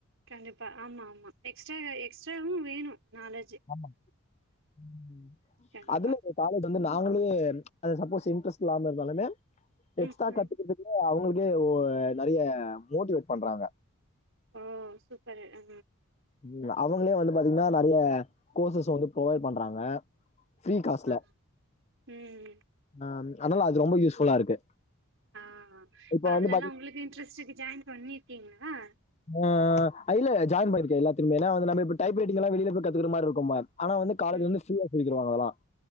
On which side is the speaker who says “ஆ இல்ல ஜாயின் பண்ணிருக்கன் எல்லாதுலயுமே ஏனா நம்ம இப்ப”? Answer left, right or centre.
Left